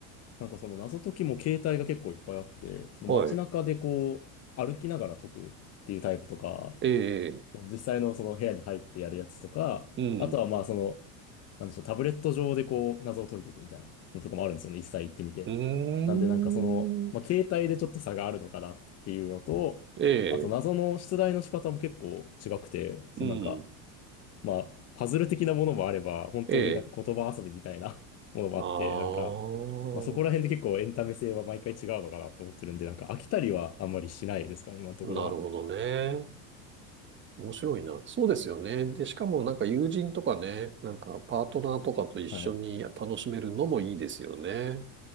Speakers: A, on the left (about 35°); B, on the right (about 25°).
A: なんかその謎解きも携帯が結構いっぱいあって、その街中でこう歩きながら解くっていうタイプとか、
B: はい。ええ
A: 実際のその部屋に入ってやるやつとか、
B: うん。
A: あとはまあその、なんでしょう、タブレット上でこう謎を解いていくみたいなのとかもあるんですよね。一切行ってみて。
B: うーん。
A: なんでなんかその、まあ携帯でちょっと差があるのかなっていうのと、
B: ええ。
A: あと謎の出題の仕方も結構違くて、そのなんか、
B: うん。
A: まあ、パズル的なものもあれば、本当になんか言葉遊びみたいな
B: ええ。
A: <laughs> ものもあって、
B: ああ、
A: なんか、まあそこら辺で結構エンタメ性は毎回違うのかなと思ってるんで、なんか飽きたりはあんまりしないですかね、今のところは。
B: なるほどね。面白いな。そうですよね。で、しかもなんか友人とかね、なんかパートナーとかと一緒に楽しめるのもいいですよね。
A: はい。